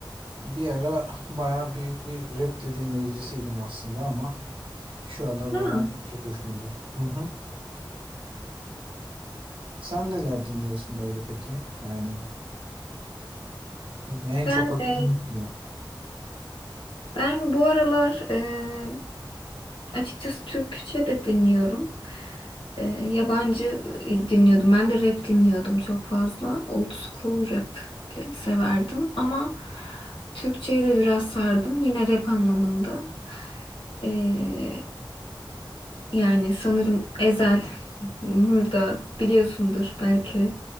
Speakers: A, on the right; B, on the left.
A: Bir ara baya büyük bir rap de dinleyicisiydim aslında ama şu aralar
B: Ha,
A: bunlar çok hoşuma gidiyor. Hı hı. Sen neler dinliyorsun böyle peki? Yani en
B: ben
A: çok hoşuna
B: e,
A: gidiyor.
B: ben bu aralar e, açıkçası Türkçe de dinliyorum. E, yabancı e, dinliyordum. Ben de rap dinliyordum çok fazla. Old school rap e, severdim ama Türkçe'ye de biraz sardım. Yine rap anlamında. E, yani sanırım Ezel, Mürda biliyorsundur belki.